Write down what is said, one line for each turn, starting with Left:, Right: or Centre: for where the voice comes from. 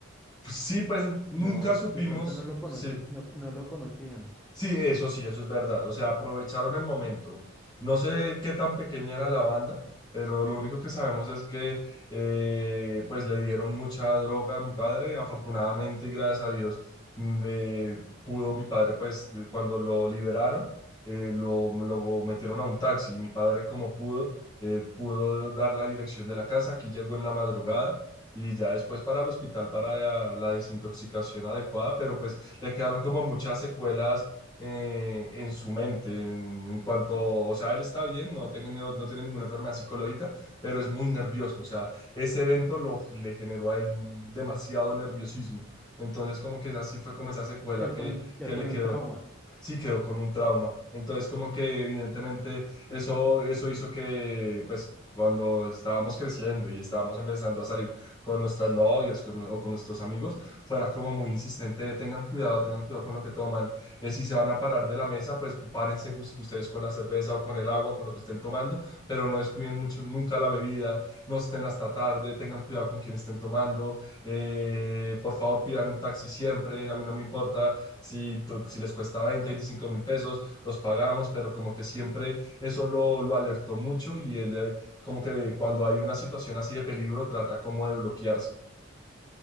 Left: pues sí, pues
Centre: Y
Left: nunca
Centre: no,
Left: supimos,
Centre: de pronto no lo cono-
Left: sí,
Centre: no, no lo conocían.
Left: Sí, eso sí, eso es verdad. O sea, aprovecharon el momento. No sé qué tan pequeña era la banda, pero lo único que sabemos es que eh, pues le dieron mucha droga a mi padre. Afortunadamente y gracias a Dios mm, eh, pudo mi padre, pues de- cuando lo liberaron, eh, lo, lo metieron a un taxi y mi padre como pudo, eh, pudo dar la dirección de la casa. Aquí llegó en la madrugada. Y ya después para el hospital para la la desintoxicación adecuada, pero pues le quedaron como muchas secuelas eh, en su mente, en, en cuanto, o sea, él está bien, no, tiene- no, no tiene ninguna enfermedad psicológica, pero es muy nervioso, o sea, ese evento lo, le generó a él demasiado nerviosismo, entonces como que así fue como
Centre: Ya.
Left: esa secuela
Centre: Quedó
Left: que,
Centre: con un, quedó
Left: que
Centre: con
Left: le quedó
Centre: un trauma.
Left: sí quedó con un trauma. Entonces, como que evidentemente
Centre: Sí.
Left: eso, eso hizo que, pues, cuando estábamos creciendo y estábamos empezando a salir con nuestras novias con- o con nuestros amigos, fuera como muy insistente de, tengan cuidado, tengan cuidado con lo que toman. Eh, si se van a parar de la mesa, pues párense us- ustedes con la cerveza o con el agua, con lo que estén tomando, pero no descuiden mucho nunca la bebida, no estén hasta tarde, tengan cuidado con quien estén tomando, eh, por favor pidan un taxi siempre, a mí no me importa si, to- si les cuesta 20, veinticinco mil pesos, los pagamos, pero como que siempre eso lo, lo alertó mucho y él eh, como que de- cuando hay una situación así de peligro trata como de bloquearse.